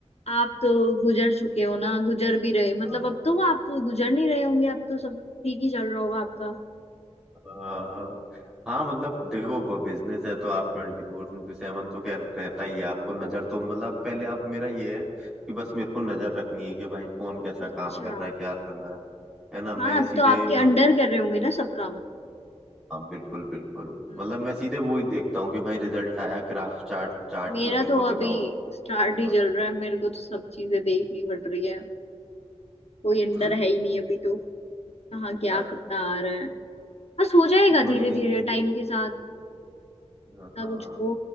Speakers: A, on the left; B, in the centre.
A: आप तो गुजर चुके हो ना गुजर भी रहे मतलब
B: हाँ
A: अब तो आप गुजर नहीं रहे होंगे अब तो सब ठीक ही चल रहा होगा आपका
B: अ, हाँ मतलब देखो बिजनेस है तो आप ट्वेंटी फोर इंटू सेवन तो खैर रहता ही है आपको नजर तो मतलब पहले आप मेरा ये है कि बस मेरे को नजर रखनी है कि भाई कौन कैसा काम
A: अच्छा
B: कर रहा है क्या कर रहा है है ना मैं
A: हाँ अब
B: सीधे
A: तो आपके
B: मैं,
A: अंडर कर रहे होंगे ना सब काम
B: हाँ बिल्कुल बिल्कुल
A: हम्म
B: मतलब मैं सीधे वो ही देखता हूँ कि भाई रिजल्ट आया ग्राफ चार्ट चार्ट
A: मेरा
B: में मेरे
A: तो
B: को दिखाओ
A: अभी स्टार्ट ही
B: हाँ
A: चल रहा है मेरे को तो सब चीजें देखनी पड़ रही है कोई
B: बिल्कुल
A: अंडर है ही नहीं अभी तो कहाँ क्या
B: अच्छा
A: कितना आ रहा है बस हो जाएगा
B: कोई
A: धीरे
B: नहीं
A: धीरे टाइम के साथ
B: हाँ
A: ना कुछ वो